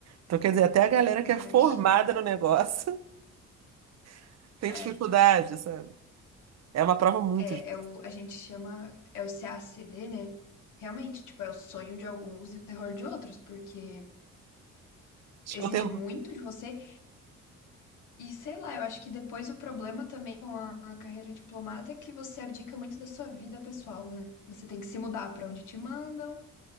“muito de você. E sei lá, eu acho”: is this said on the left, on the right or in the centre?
Left